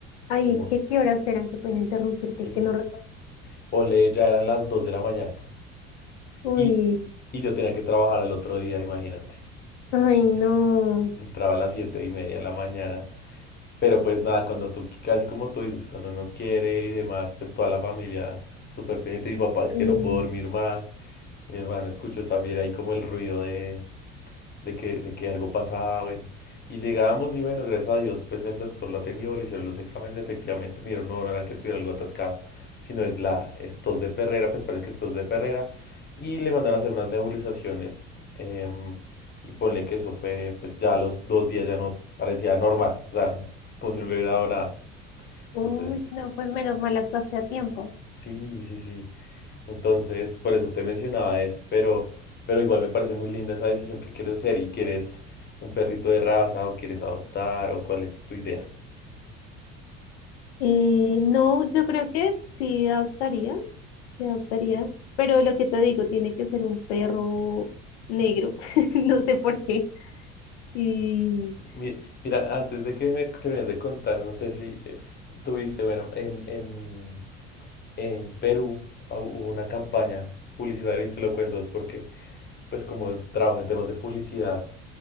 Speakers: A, on the left; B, on the left.
A: Ay,
B: fuimos.
A: ¿qué, qué horas eran? Qué pena interrumpirte,
B: Sí,
A: es que no recuerdo.
B: ponle, ya eran las 2 de la mañana.
A: Uy,
B: Y, y yo tenía que trabajar al otro día, imagínate.
A: ay, no.
B: Entraba a las siete y media de la mañana. Pero pues nada, cuando tú, casi como tú dices, cuando uno quiere y demás, pues toda la familia súper pendiente. Mi papá es
A: Sí.
B: que no puedo dormir más. Mi hermano escuchó también ahí como el ruido de, de que, de que algo pasaba, bueno. Y llegábamos y bueno, gracias a Dios, pues el doctor lo atendió, le hicieron los exámenes, efectivamente, me no, no era que tuviera algo atascado, sino es la, es tos de perrera, pues parece que es tos de perrera, y le mandaron a hacer unas nebulizaciones, em, y ponle que eso fue, pues ya a los dos días ya no parecía normal, o sea, como si no le hubiera dado nada.
A: Uy,
B: Entonces,
A: no, pues menos mal actuaste a tiempo.
B: sí, sí, sí. Entonces, por eso te mencionaba eso, pero, pero igual me parece muy linda esa decisión que quieres hacer y quieres un perrito de raza o quieres adoptar o cuál es tu idea.
A: Eh, no, yo creo que sí adoptaría, sí adoptaría, pero lo que te digo, tiene que ser un perro negro, <laughs> no sé por qué. Y
B: Mi- Mira, antes de que me termines de contar, no sé si eh, tuviste, bueno, en, en, en Perú ah, hubo una campaña publicitaria y te lo cuento, es porque pues como trabajo en temas de publicidad,